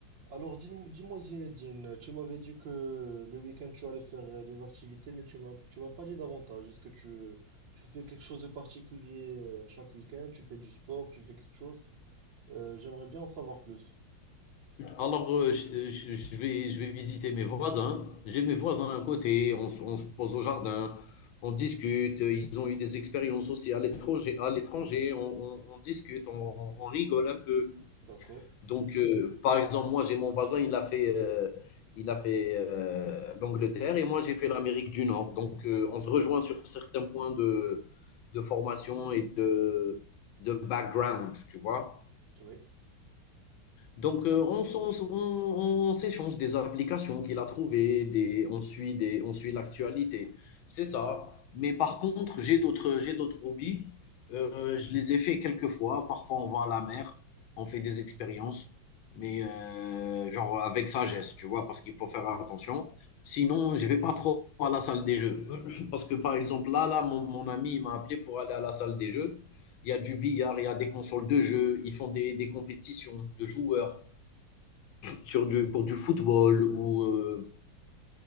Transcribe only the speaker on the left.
Alors, euh, je, je- je vais, je vais visiter mes voisins. J'ai mes voisins à côté. On, se on se pose au jardin. On discute. euh, Ils ont eu des expériences aussi à l'étranger. À l'étranger, on, on- on discute. On, on- on rigole un peu.
Donc, euh, par exemple, moi, j'ai mon voisin. Il a fait, euh, il a fait euh, l'Angleterre et moi, j'ai fait l'Amérique du Nord. Donc, euh, on se rejoint sur certains points de, de formation et de, de background, tu vois.
Donc, euh, on, s'en- on- on- on s'échange des applications qu'il a trouvées, des, on suit des, on suit l'actualité. C'est ça. Mais par contre, j'ai d'autres, j'ai d'autres hobbies. Euh, je les ai fait quelques fois. Parfois, on va à la mer, on fait des expériences, mais euh, genre avec sagesse, tu vois, parce qu'il faut
faire attention. Sinon, je vais pas trop à la salle des jeux. <laughs> Parce que, par exemple, là, là, mon, mon ami, il m'a appelé pour aller à la salle des jeux. Il y a du billard, il y a des consoles de jeux, ils font des, des compétitions de joueurs sur du, pour du football ou euh,